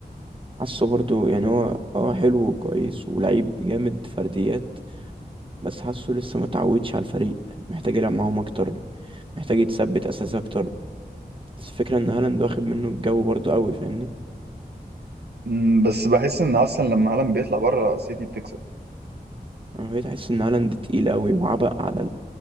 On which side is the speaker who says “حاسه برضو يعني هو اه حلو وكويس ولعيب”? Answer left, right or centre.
Right